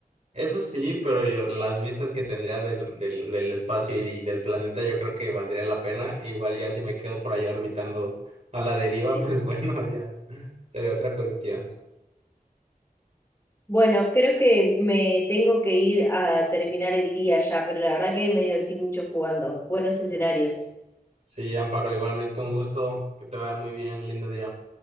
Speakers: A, on the right (about 45°); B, on the left (about 15°).
A: Eso sí, pero yo, las vistas que tendría del, del, del espacio y del planeta, yo creo que valdría la pena. Igual ya si me quedo por allá orbitando a la deriva,
B: Sí.
A: pues <laughs> bueno, ya sería otra cuestión.
B: Bueno, creo que me tengo que ir a terminar el día ya, pero la verdad que me divertí mucho jugando. Buenos escenarios.
A: Sí, Amparo, igualmente un gusto, que te vaya muy bien, lindo día.